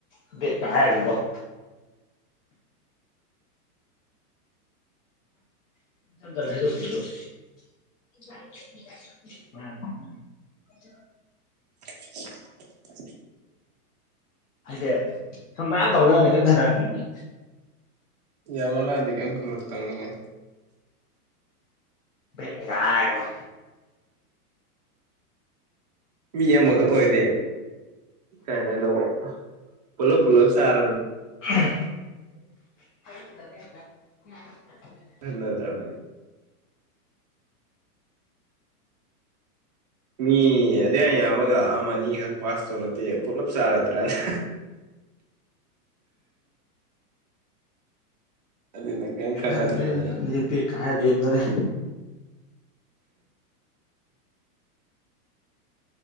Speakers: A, on the left; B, on the right.
A: ꯕꯦꯒꯀ ꯍꯥꯏꯔꯒꯀꯣ꯫ <unintelligible> <inaudible>
B: <inaudible>
A: ꯍꯥꯏꯗꯤ ꯁꯨꯝ ꯃꯌꯥꯝ ꯇꯧꯅꯔꯝꯃꯦ ꯀꯩꯝ ꯈꯗꯔꯛꯇꯕꯅꯦ꯫
B: ꯌꯥꯃꯜꯂꯛꯑꯗꯤ ꯀꯦꯝ ꯈꯜꯂꯛꯇꯝꯅꯤꯅꯦ꯫
A: ꯕꯦꯒ ꯅꯦꯀꯥ ꯍꯥꯏꯔꯣ꯫
B: ꯃꯤ ꯑꯃꯈꯛ ꯑꯣꯏꯗꯦ ꯀꯥꯏꯅ ꯇꯧꯕ ꯄꯨꯂꯞ ꯄꯨꯂꯞ ꯆꯥꯔ
A: <unintelligible>
B: <unintelligible> ꯃꯤ ꯑꯗꯨ ꯑ ꯌꯥꯝꯃꯒ ꯑꯃ ꯑꯅꯤꯈꯛ ꯄꯥꯁ ꯇꯧꯔꯗꯦ ꯄꯨꯂꯞ ꯆꯥꯔꯗ꯭ꯔꯅ ꯑꯗꯨꯅ ꯀꯩꯝ
A: ꯀ‌ꯦꯝ
B: ꯈꯟꯅꯗ꯭ꯔꯕꯅꯦ
A: ꯈꯅꯗ꯭ꯔꯦ ꯑꯗꯨꯝ ꯆꯪꯗꯦ ꯄꯕꯦꯛ ꯂ‌ꯦꯝꯅꯔ‌ꯦ꯫